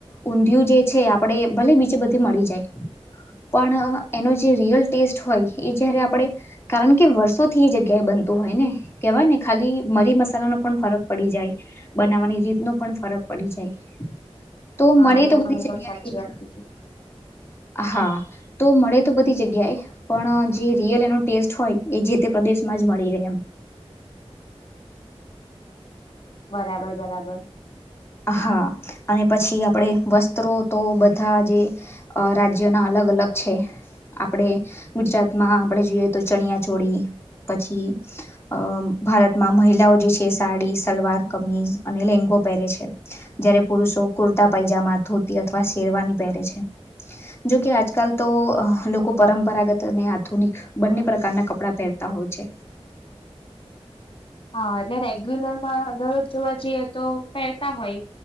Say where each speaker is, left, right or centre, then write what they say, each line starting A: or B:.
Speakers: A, on the left; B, on the left.
A: ઊંધિયું જે છે આપડે ભલે બીજે બધી મળી જાય પણ એનો જે રિયલ ટેસ્ટ હોય એ જ્યારે આપણે. કારણ કે વર્ષો થી એ જગ્યા એ બનતું હોય ને કેહેવાય ને ખાલી. મરી મસાલા ન પણ ફરક પડી જાય બનાવવાની રીત ન પણ ફરક પડી જાય તો
B: હા
A: મળે
B: એ
A: તો બી
B: તમે એકદમ
A: જગ્યા
B: સાચી વાત કીધી
A: હા તો મળે તો બધી જગ્યાએ પણ જે રિયલ એનો ટેસ્ટ હોય એ જે તે પ્રદેશમાં. જ મળી રહે એમ
B: બરાબર બરાબર
A: હા અને પછી આપણે વસ્ત્રો તો બધા જે અ રાજ્યોના અલગ અલગ છે. આપણેે ગુજરાતમાં આપડે જોઈએ તો ચણિયા ચોળી પછી અ ભારતમાં મહિલાઓ જે છે સાડી સલવાર કમીજ અને લેંગો પહેરે છે જય્યારે પુરુષો કુર્તા પાયજામા ધોતી અથવા શેરવાની પહેરે છે જોકે આજકાલ તો લોકો પરંપરાગત અને આધુનિક બંને પ્રકારના કપડાં પહેરતા હોય છે
B: હા અને રેગ્યુલરમાં દરરોજ જોવા જઈએ તો પહેરતા હોય